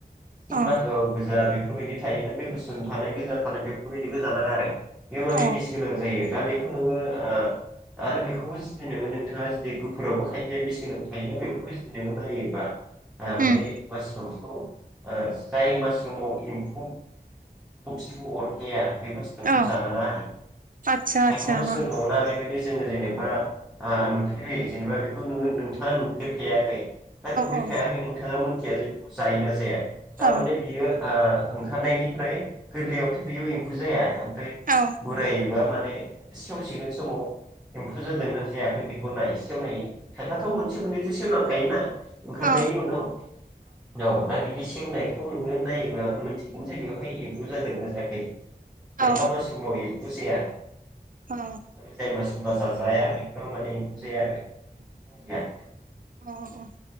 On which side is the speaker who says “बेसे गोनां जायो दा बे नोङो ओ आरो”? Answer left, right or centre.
Centre